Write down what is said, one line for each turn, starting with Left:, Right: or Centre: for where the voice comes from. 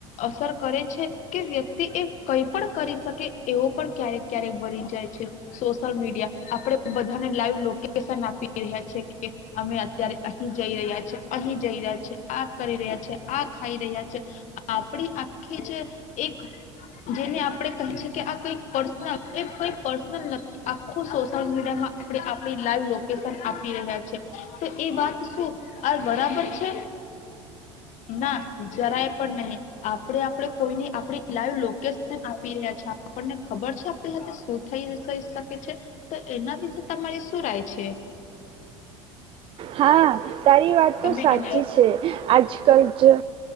Left: અસર કરે છે કે વ્યક્તિ એ કઈ પણ કરી શકે એવો પણ ક્યારેક ક્યારેક બની જાય છે સોશિલ મીડિયા આપણે બધાને લાઈવ લોકેશન આપી રહ્યા છે કે અમે અત્યારે અહી જઈ રહ્યા છીએ અહી જઈ રહ્યા છેએ આ કરી રહ્યા છે આ ખાઈ રહ્યા છે આપડી આખી જે એક જેને આપણે કહી છે કે આ કઈ પર્સનલ એ કઈ પર્સનલ નથી આખું સોશિયલ મીડિયામાં આપણે આપણી લાઈવ લોકેશન આપી રહ્યા છે. તો એ વાત શું આ બરાબર છે? ના જરાય પણ નહી આપણે આપણે કોઈની આપણી લાઈવ લોકેશન આપી રહ્યા છે આપણને ખબર છે આપણી સાથે શું થઈ શકે છે તો એના વિશે તમારી શું રાય છે?
Right: હા, તારી વાત
Left: તમે
Right: તો સાચી
Left: એના વિશે
Right: છે. આજકાલ જો